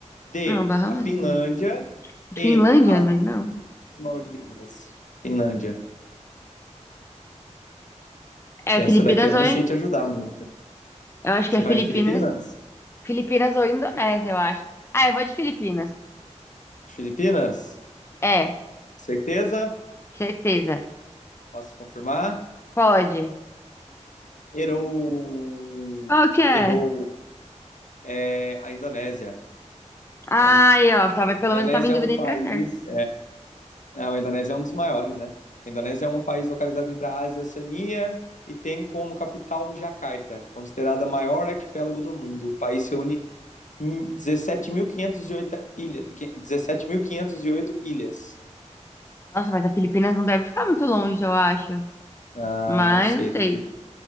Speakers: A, on the left; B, on the left.
A: D,
B: Não, Bahamas
A: a Finlândia.
B: não.
A: E,
B: Finlândia,
A: as
B: mas não.
A: Maldivas. Finlândia.
B: É
A: Essa
B: Filipinas
A: daqui eu não
B: oi.
A: sei te ajudar muito.
B: Eu acho
A: Você
B: que é Filipinas.
A: vai de Filipinas?
B: Filipinas ou Indonésia, eu acho. Ah, eu vou de Filipinas.
A: Filipinas?
B: É,
A: Certeza?
B: certeza.
A: Posso confirmar?
B: Pode.
A: Errou.
B: Qual que é?
A: Errou. É a Indonésia.
B: Ai,
A: A
B: ó, tava, pelo
A: Indonésia
B: menos eu tava em dúvida
A: é um país
B: entre as certas.
A: Ah, a Indonésia é um dos maiores, né? A Indonésia é um país localizado entre a Ásia e a Oceania e tem como capital Jacarta, considerada a maior arquipélago do mundo. O país reúne hum, 17.508 ilhas. 17.508 ilhas.
B: Nossa, mas a Filipinas não deve ficar muito longe, eu acho.
A: Ah,
B: Mas
A: não sei.
B: não sei.
A: daqui-